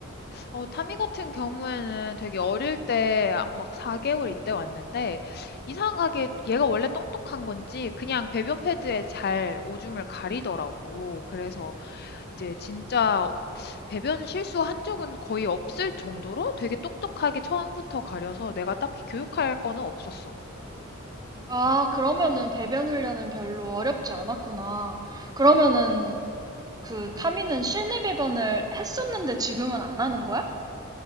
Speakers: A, on the left; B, on the right.
A: 어 타미 같은 경우에는 되게 어릴 때 막 4 개월 이때 왔는데 이상하게 얘가 원래 똑똑한 건지 그냥 배변 패드에 잘 오줌을 가리더라고. 그래서 이제 진짜 배변 실수한 적은 거의 없을 정도로 되게 똑똑하게 처음부터 가려서 내가 딱히 교육할 거는 없었어.
B: 아, 그러면은 배변 훈련은 별로 어렵지 않았구나. 그러면은 그 타미는 실내 배변을 했었는데 지금은 안 하는 거야?